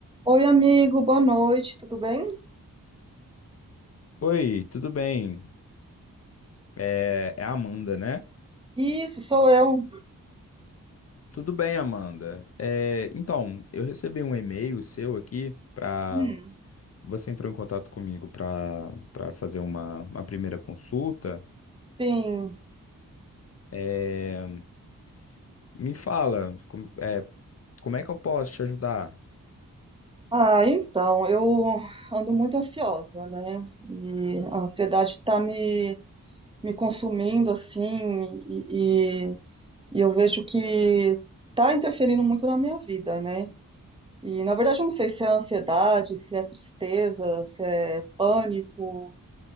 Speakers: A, on the right; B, on the left.
A: Oi, amigo, boa noite, tudo bem?
B: Oi, tudo bem? É, é a Amanda, né?
A: Isso, sou eu.
B: Tudo bem, Amanda. É, então, eu recebi um e-mail seu aqui para
A: Hum,
B: você entrou em contato comigo para para fazer uma, uma primeira consulta.
A: sim.
B: É, me fala, como é, como é que eu posso te ajudar?
A: Ah, então, eu ando muito ansiosa, né? E a ansiedade tá me, me consumindo, assim, e, e, e eu vejo que tá interferindo muito na minha vida, né? E, na verdade, eu não sei se é ansiedade, se é tristeza, se é pânico.